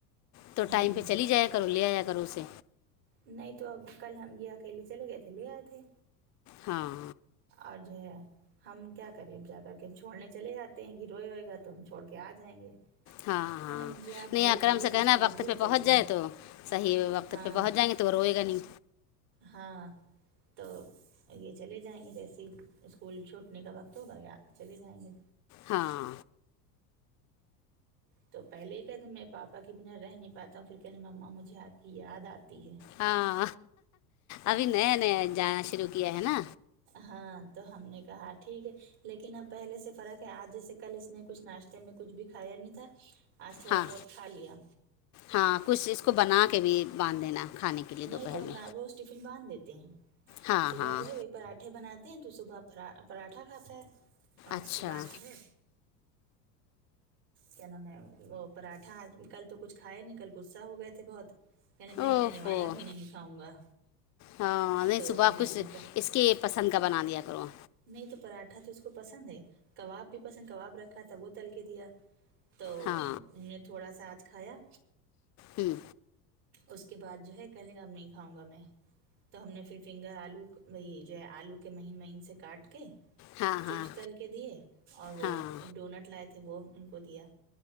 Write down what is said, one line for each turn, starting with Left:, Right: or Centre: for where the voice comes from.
Left: تو
Right: ہوں،
Left: ٹائم پہ چلی جایا کرو لے آیا کرو اسے
Right: نہیں تو اب کل ہم یہ اکیلے چلے گئے تھے لے آئے تھے
Left: ہاں
Right: آج ہے ہم کیا کریں اب جا کر کے ہم چھوڑنے چلے آتے ہیں کہ روئے ہوئے گا تو ہم چھوڑ کے آ جائیں گے
Left: ہاں ہاں
Right: پہلے مجھے آپ
Left: نہیں
Right: روز
Left: اکرم
Right: روز
Left: سے کہنا
Right: اسکول
Left: وقت
Right: بھیج
Left: پہ
Right: دیتی
Left: پہنچ جائے
Right: ہو
Left: تو صحیح وقت
Right: ہاں
Left: پہ پہنچ جائیں گے تو روئے گا نہیں
Right: ہاں تو یہ چلے جائیں گے جیسے اسکول چھوٹنے کا وقت ہوگا یا چلے جائیں گے
Left: ہاں
Right: تو پہلے کہتے میں پاپا کی بنا رہ نہیں پاتا ہوں پھر کہنے مما مجھے آپ کی یاد آتی ہے
Left: ہاں ابھی نیا نیا جانا شروع کیا ہے نا
Right: ہاں تو ہم نے کہا ٹھیک ہے لیکن اب پہلے سے فرق ہے آج جیسے کل اس نے کچھ ناشتے میں کچھ بھی کھایا نہیں تھا آج تھوڑا
Left: ہاں
Right: بہت کھا لیا
Left: ہاں کچھ اس کو بنا کے بھی باندھ دینا کھانے کے لیے
Right: نہیں
Left: دوپہر
Right: تو نہ
Left: میں
Right: روز ٹیفن باندھ دیتے ہیں
Left: ہاں
Right: صبح
Left: ہاں
Right: جو ہے پراٹھے بناتے ہیں تو صبح پرا پراٹھا کھاتا ہے اور
Left: اچھا
Right: اس کے بعد جو ہے کیا نام ہے وہ پراٹھا اج کل تو کچھ کھایا نہیں کل غصہ ہو گئے تھے بہت کہنے میں
Left: اوفو
Right: ایک نوالا بھی نہیں کھاؤں گا
Left: ہاں نہیں
Right: تو
Left: صبح کچھ
Right: ہم نے کہا
Left: اس کے پسند کا بنا دیا کروں
Right: نہیں تو پراٹھا تو اس کو پسند ہے کباب بھی پسند کباب رکھا تب وہ تل کے دیا تو
Left: ہاں
Right: ہم نے تھوڑا سا آج کھایا
Left: ہمم
Right: اس کے بعد جو ہے کہیے گا نہیں کھاؤں گا میں تو ہم نے پھر فنگر آلو وہی جو ہے آلو کے مہین مہین سے کاٹ کے
Left: ہاں
Right: چپس
Left: ہاں
Right: تل کے دیے اور وہ
Left: ہاں
Right: ڈونٹ لائے وہ ان کو دیا